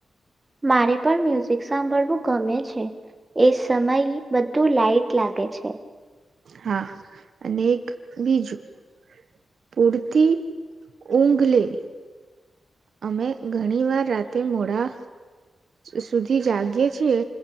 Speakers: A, on the right; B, on the right.
A: મારે પણ મ્યુઝિક સાંભળવું ગમે છે એ સમય બધું લાઈટ લાગે છે.
B: હા અને એક બીજું પૂરતી ઊંઘ લેવી. અમે ઘણી વાર રાતે મોડા સુધી જાગીએ છીએ